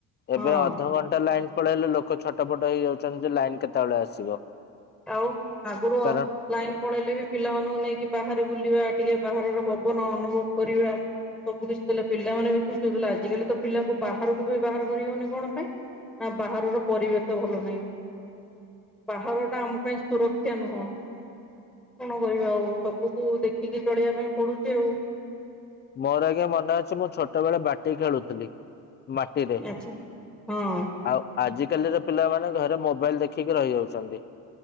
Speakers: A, in the centre; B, on the left.
A: ହଁ
B: ଏବେ ଅଧଘଣ୍ଟା ଲାଇନ୍ ବେଳେ ହେଲେ ଲୋକ ଛଟପଟ ହେଇଯାଉଛନ୍ତି ଯେ ଲାଇନ କେତେବେଳେ ଆସିବ।
A: ଆଉ <unintelligible>
B: କାରଣ
A: ଲାଇନ ପଳେଇଲେ ବି ପିଲାମାନଙ୍କୁ ନେଇକି ବାହାରେ ବୁଲିବା। ଟିକେ ବାହାରର ପବନ ଅନୁଭବ କରିବା। ସବୁ କିଛି ଥିଲା ପିଲାମାନେ ବି ଖୁସି ହଉଥିଲା ଆଜିକାଲି ତ ପିଲାଙ୍କୁ ବାହାରକୁ ବି ବାହାର କରିହଉନି କଣ ପାଇଁ। ନା ବାହାରର ପରିବେଶ ଭଲ ନାହିଁ। ବାହାର ଆମ ପାଇଁ ସୁରକ୍ଷା ନୁହଁ। କଣ କରିବା ଆଉ ସବୁକୁ ଦେଖିକି ଚଳିବା ପାଇଁ ପଡୁଛି ଆଉ।
B: ମୋର ଆଜ୍ଞା ମନେ ଅଛି ମୁଁ ଛୋଟ ବେଳେ ବାଟି ଖେଳୁଥିଲି। ମାଟିରେ।
A: ଆଚ୍ଛା ହଁ।
B: ଆଉ ଆଜିକାଲିର ପିଲାମାନେ ଘରେ ମୋବାଇଲ ଦେଖିକି ରହିଯାଉଛନ୍ତି।